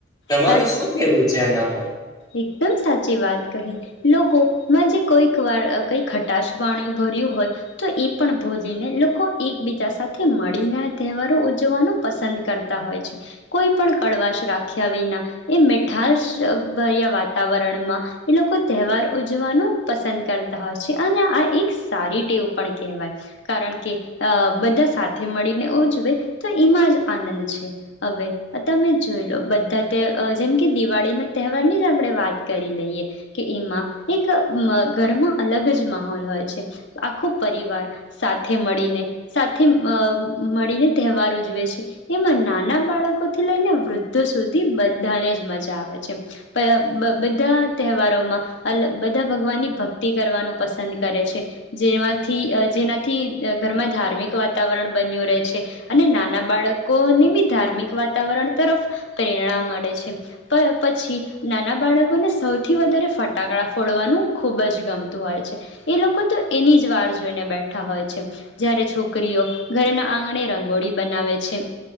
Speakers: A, on the left (about 20°); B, on the left (about 70°).
A: તમારે
B: સાચી,
A: શું કેવું છે એના પર?
B: એકદમ સાચી વાત કહી લોકો માં જે કોઈક વાર અ કંઈક ખટાશ વાણી ભર્યું હોય, તો એ પણ ભોજીને લોકો એકબીજા સાથે મળીને આ તહેવારો ઉજવાનું પસંદ કરતા હોય છે, કોઈ પણ કડવાશ રાખી વિના એ મીઠાશ ભર્યા વાતાવરણમાં એ લોકો તહેવાર ઉજવવાનું પસંદ કરતા હોય છે અને આ એક સારી ટેવ પણ કેવાય, કારણ કે અ બધા સાથે મળીને ઉજવે તો એમાં જ આનંદ છે, અવે બ તમે જોઈ લો અ જેમ કે દિવાળીના તહેવારની જ આપણે વાત કરી લઈએ કે એમાં એક અ ઘરમાં અલગ જ માહોલ હોય છે, આખો પરિવાર સાથે મળીને સાથે અ મ મળીને તહેવાર ઉજવે છે, એમાં નાના બાળકો થી લઈને વૃદ્ધો સુ સુધી બધાને જ મજા આવે છે, પ અ બધા તહેવારોમાં અલ બધા ભગવાનની ભક્તિ કરવાનું પસંદ કરે છે, જેમાંથી જેનાથી અ ઘરમાં ધાર્મિક વાતાવરણ બન્યું રહે છે અને નાના બાળકોને બી ધાર્મિક વાતાવરણ તરફ પ્રેરણા મળે છે, પ પછી નાના બાળકોને સૌથી વધારે ફટાકડા ફોડવાનું ખૂબ જ ગમતું હોય છે, એ લોકો તો એની જ વાર જોઈને બેઠા હોય છે. છોકરીઓ ઘરના આંગણે રંગોળી બનાવે છે,